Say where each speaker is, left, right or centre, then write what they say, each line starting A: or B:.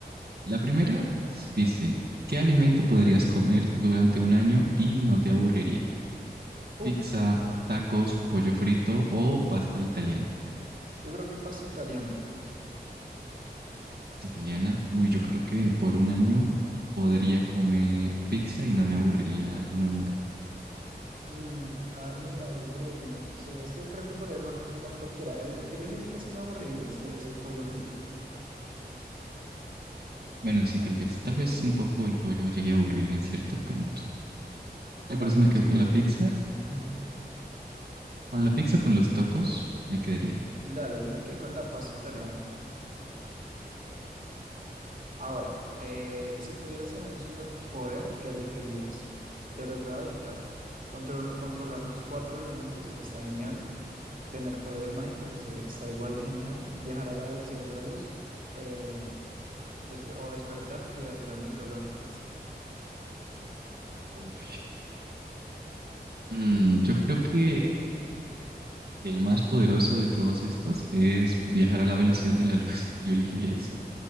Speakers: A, on the right; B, on the right.
A: La primera es- dice, ¿qué alimento podrías comer durante un año y no te aburriría?
B: Uf,
A: Pizza, tacos, pollo frito o pasta italiana.
B: yo creo que paso italiana.
A: Italiana, uy, yo creo que por un año podría comer pizza y no me aburriría nunca.
B: Mm, a no aburrirme. Sí, es que yo creo que podría col- comer cualquiera. El, el que yo sí sé que sí me aburriría es es el pollo frito,
A: Bueno, sí, tal vez, tal vez un poco el pollo llegue a aburrir en cierto punto.
B: comerlo
A: Yo por eso me
B: muy
A: quedo
B: seguido.
A: con la pizza.
B: <laughs>
A: Con la pizza o con los tacos me quedaría.
B: Dale, yo me quedé con la pasta italiana. Ahora, eh, si pudieras tener un superpoder, ¿qué elegirías? Te los voy a dictar. Control- controlar los cuatro elementos, eso está genial. Tener poderes mágicos, eso está igual de genial. Viajar a la velocidad de la luz eh, despe- o despertar criaturas mitológicas.
A: Uy, Mm, yo creo que el más poderoso de todos estos es viajar a la velocidad de la luz. <laughs> Yo elegiría ese.